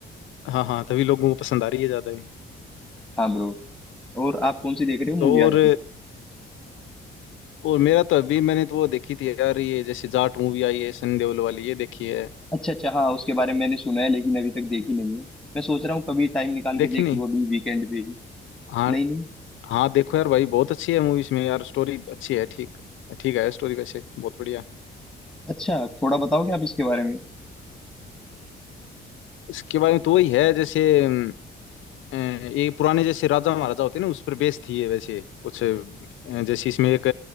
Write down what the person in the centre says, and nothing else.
हाँ ब्रो और आप कौन सी देख रहे हो
मूवी
आजकल
अच्छा अच्छा हाँ उसके बारे में मैंने सुना है लेकिन अभी तक देखी नहीं है मैं सोच रहा हूँ कभी टाइम निकाल
के देख लूँ अभी वीकेंड पे ही
नहीं नहीं
अच्छा थोड़ा बताओगे आप इसके बारे में